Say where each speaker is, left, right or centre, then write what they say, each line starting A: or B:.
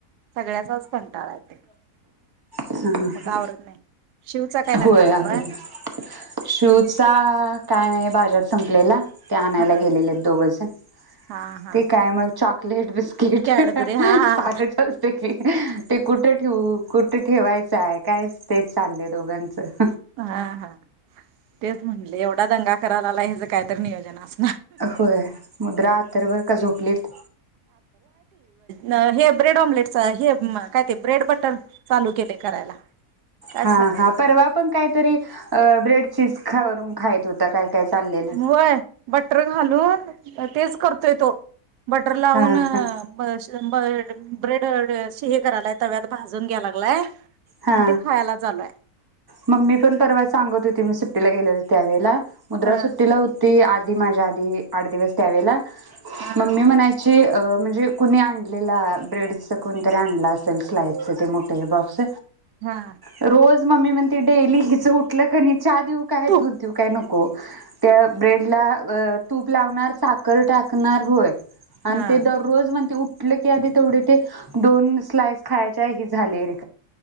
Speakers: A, on the right (about 85°); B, on the right (about 20°).
A: सगळ्याचाच कंटाळा येतोय?
B: ह
A: मग आवरत नाही शिवचा काय दंगा
B: होय
A: चालू
B: आवरायला
A: आहे?
B: शिवचा काय नाही बाजार संपलेला ते आणायला
A: हा
B: गेलेलेत दोघजण
A: हा हा
B: ते काय मग चोक प्लेट बीस किट
A: कॅडबरी
B: हाह हह आ
A: हा हा
B: चालायचं असते हाह हा की ते कुठे ठेऊू? कुठे ठेवायचं आहे काय तेच चालले दोघांचं
A: हा हा तेच म्हणले एवढा दंगा करायला आला हेच काय तर नियोजन अस
B: होय मुद्रा, अथर्व का झोपलीत?
A: न हे ब्रेड ऑमलेट च हे आम् काय ते ब्रेड बटर चालू केले करायला काय
B: हा
A: सांगायचं
B: हा परवा पण कायतरी? अ ब्रेड चीज करून खात होता काय? काय चाललेलं
A: होय बटर घालून तेच करतोय तो बटर लावून
B: हा हा
A: अ श बड ब्रेड करायला तव्यात भाजून घ्याय लागलाय
B: हा
A: आणि ते खायला चालू आहे
B: मम्मी पण परवा सांगत होती मी सुट्टीला गेलेलो त्या त्यावेळेला मुद्रा
A: हा
B: सुट्टीला होती आ आदी माजा आधी आठ दिवस त्या्यावेळेला
A: हा
B: मम्मी म्हणायची जे म्हणजे कुणी आणलेलं ब्रेडचं कोणीतरी आणलं असेल स्लाईसचं ते मोठं हे बॉक्स
A: हा
B: रोज मम्मी म्हणती डेली हिच उठलं क नाही चहा देऊ काय?
A: तूप
B: दूध देऊ काय? नक हो त्या ब्रेड ला तूप लावणार साखर टाकणार होय
A: हा
B: आणि ते दररोज म्हण ते म्हटल की आधी तेवढे ते दोन स्लाईस खायच्या ह झाले रे